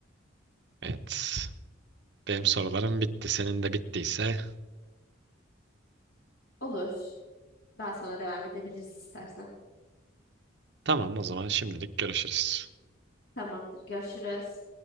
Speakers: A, on the right (about 55°); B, on the left (about 75°).
A: Evet. Benim sorularım bitti. Senin de bittiyse
B: <laughs> Olur. Daha sonra devam edebiliriz istersen.
A: tamam o zaman şimdilik görüşürüz.
B: Tamamdır. Görüşürüz.